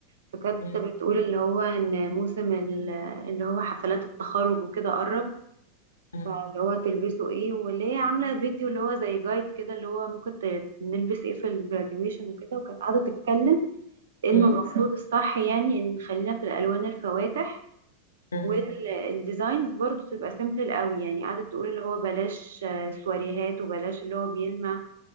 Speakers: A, on the right (about 65°); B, on the left (about 70°).
A: فكانت
B: مم،
A: بتقول اللي هو ان موسم ال- اللي هو حفلات التخرج وكده قرب
B: مم،
A: فاللي هو تلبسه ايه واللي هي عاملة فيديو اللي هو زي جايد كده اللي هو ممكن ت- نلبس ايه في الجراديويشن وكده وكانت قاعدة تتكلم انه
B: مم،
A: المفروض الصح يعني ان خلينا في الالوان الفواتح
B: مم.
A: والديزاينز برضو تبقى سيمبل قوي يعني قعدت تقول اللي هو بلاش آه، سواريهات وبلاش اللي هو بيلمع